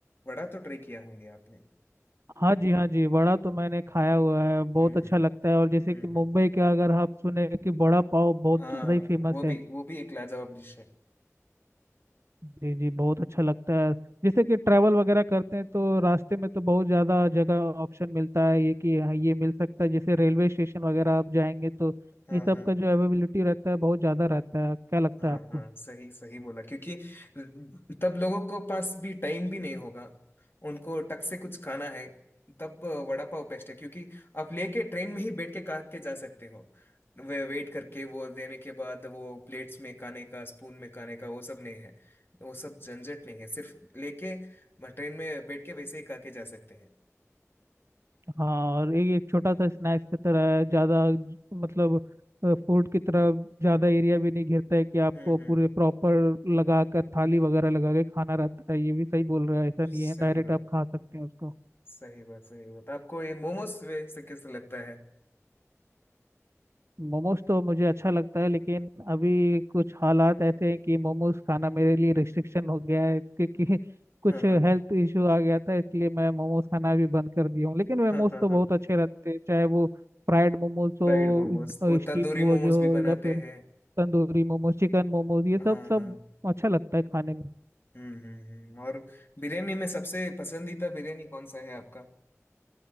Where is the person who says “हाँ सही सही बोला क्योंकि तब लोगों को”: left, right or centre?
Left